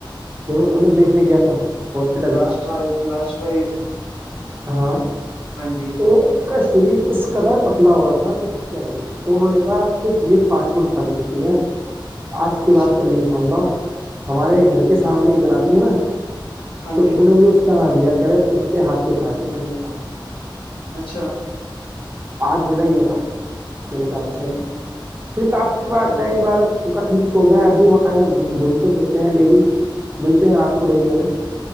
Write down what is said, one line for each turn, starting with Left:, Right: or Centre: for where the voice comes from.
Right: ج انہیں دیکھنے گیا تھا- hospital
Left: last ride last ride
Right: ہاں
Left: ہاں جی-
Right: تو ان کا شریر اس قدر پتلا ہو رہا تھا کچھ کیملی- تو انہوں نے کہا صرف یہ فاسٹ فوڈ کھانے کی ہے آج کے
Left: اچھا
Right: بعد کبھی نہیں کھاؤں گا- ہمارے گھر کے سامنے ایک بناتی ہے، نا
Left: ہاں
Right: تو
Left: جی
Right: ان نے مجھے- کا نام دیا کہے اس کے ہاتھ دکھھائے تھے میں نے-
Left: اچھا
Right: اج میرا یہ میں نے کہا اچھا جی پھر کافی بار
Left: اچھا
Right: ٹائم ان کا ٹھیک- تو گیا اب بھی ہمارے ساتھ گھومتے پھرتے ہیں ڈیلی- ملتے ہیں آپ کو ڈیلی ہمیں